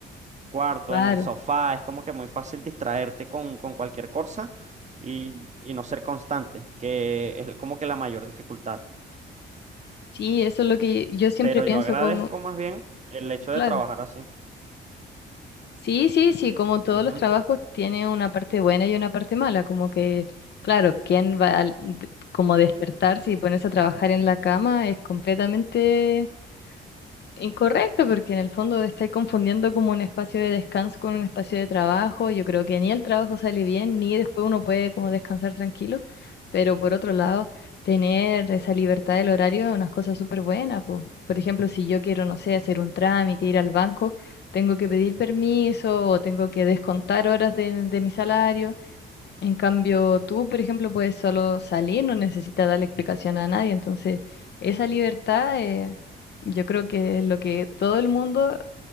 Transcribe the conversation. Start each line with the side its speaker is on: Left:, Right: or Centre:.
Right: cuarto,
Left: claro.
Right: en el sofá, es como que muy fácil distraerte con, con cualquier cosa y, y no ser constante, que es como que la mayor dificultad.
Left: Sí, eso es lo que yo siempre
Right: Pero
Left: pienso
Right: yo agradezco
Left: como,
Right: más bien el hecho
Left: claro.
Right: de trabajar así.
Left: Sí, sí, sí, como todos
Right: Ujú,
Left: los trabajos tiene una parte buena y una parte mala, como que, claro, quién va a, como despertarse y ponerse a trabajar en la cama es completamente Incorrecto, porque en el fondo estáis confundiendo como un espacio de descanso con un espacio de trabajo. Yo creo que ni el trabajo sale bien, ni después uno puede como descansar tranquilo. Pero por otro lado, tener esa libertad del horario es una cosa súper buena. po. Por ejemplo, si yo quiero, no sé, hacer un trámite, ir al banco, tengo que pedir permiso o tengo que descontar horas de, de mi salario. En cambio, tú, por ejemplo, puedes solo salir, no necesitas darle explicación a nadie. Entonces, esa libertad, eh, yo creo que es lo que todo el mundo,